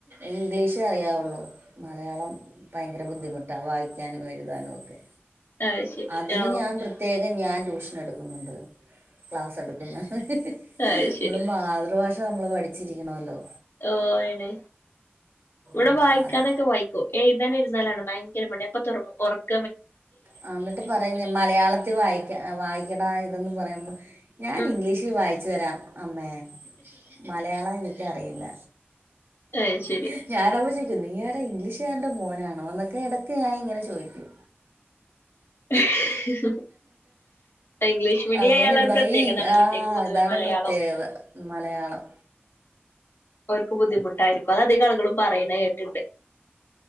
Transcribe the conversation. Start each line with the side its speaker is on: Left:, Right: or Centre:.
Right: ഇംഗ്ലീഷ് അറിയാവുള്ളൂ മലയാളം ഭയ <unintelligible> ബുദ്ധിമുട്ടാ വായിക്കാനും എഴുതാനുമൊക്കെ
Left: അത് ശരി
Right: അതിന്
Left: ആ
Right: ഞാൻ പ്രത്യേക് ഞാൻ ടൂഷൻ എടുക്കുന്നുണ്ട്. ക്ലാസ് എടുക്കുന്നുണ്ട്.
Left: അത്
Right: നമ്മളെ
Left: ശരി
Right: മാതൃഭാഷ എല്ലാദും നമ്മള് പഠിച്ചിരിക്കണല്ലോ.
Left: ഓ ഇണെ ഇവിടെ
Right: ആ,
Left: വായിക്കാനൊക്കെ
Right: അത്
Left: വായിക്കോ എഴുതാനെല്ൽ ന്നാലാ ഭയങ്കര മടിയാ അപ്പ തുറങ്ങും ഒറക്ക
Right: ആ ന്നിട്ട് പറയും മലയാളത്തിൽ വായിക്ക വായിക്കെടാ ഇതെന്ന് പറയുമ്പോ ഞാൻ
Left: ഉം
Right: ഇംഗ്ലീഷിൽ വായിച്ചു തെരാം അമ്മേ.. മലയാളം എനിക്കറിയില്ല.
Left: അത് ശരി
Right: ഹ് ഞാനവൾ ചി നീ ആരാ ഇംഗ്ലീഷ്കാരന്റെ മോനാണോ എന്നൊക്കെ ഇടക്ക് ഞാൻ ഇങ്ങനെ ചോദിക്കും.
Left: <unintelligible> ഇംഗ്ലീഷ് മീഡിയം
Right: അങ്ങനെ
Left: അയാള
Right: ഉണ്ടാവും
Left: ഒരു പ്രത്യേകതാണ്
Right: ഈ ഇങ്- ആ
Left: കുട്ടികക്ക് പൊതുവേ
Right: ഇതാണ്
Left: മലയാളം
Right: പ്രത്യേകത മലയാളം.
Left: ഓർക്ക് ബുദ്ധിമുട്ടായിരിക്കും അത് അധികാളുകളും പറയ്ണെട്ട്ണ്ട്